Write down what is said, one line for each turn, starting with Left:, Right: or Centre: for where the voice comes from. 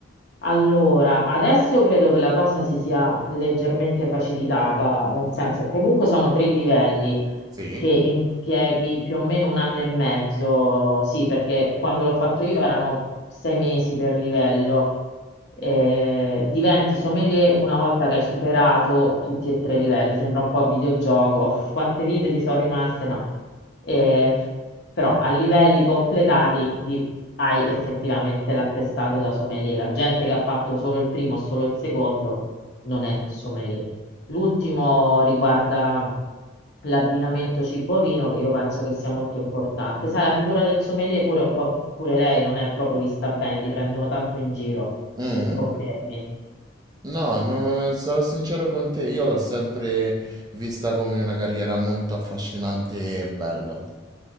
Left: Allora, adesso credo che la cosa si sia leggermente facilitata, nel senso, comunque sono tre livelli
Right: Sì.
Left: che impieghi più o meno un anno e mezzo, sì, perché quando l'ho fatto io erano sei mesi per livello. Eh, diventi sommelier una volta che hai superato tutti e tre i livelli, sembra un po' a videogioco. <laughs> Quante vite ti sono rimaste? No. Eh, però a livelli completati di- hai effettivamente l'attestato da sommelier. La gente che ha fatto solo il primo o solo il secondo non è sommelier. L'ultimo riguarda l'abbinamento cibo-vino, che io penso che sia molto importante. Sai, la figura del sommelier pure un po', pure lei non è proprio vista bene, li prendono tanto in giro,
Right: Mm?
Left: confermi.
Right: No, no, sarò sincero con te, io l'ho sempre vista come una carriera molto affascinante e bello.